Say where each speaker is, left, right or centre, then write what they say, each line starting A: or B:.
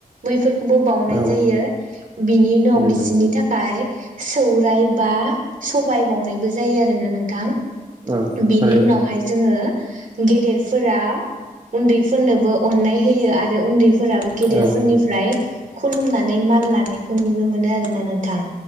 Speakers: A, on the right; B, on the right.
A: बैफोर खौबो बावनाय
B: औ
A: जायो। बिनि उनाव
B: नंगौ
A: बिसिनि थाखाय सौराय बा सबाइ बावनायबो जायो आरोना नोंथां।
B: औ
A: बेनि
B: थारैनो
A: उनावहाय जोङो गेदेरफोरा उन्दैफोरनोबो अननाय होयो आरो उन्दै फोराबो गेदेरफोरनिफ्राय
B: औ
A: खुलुमनानै मान लानायखौ नुनो मोनो आरोना नों थां।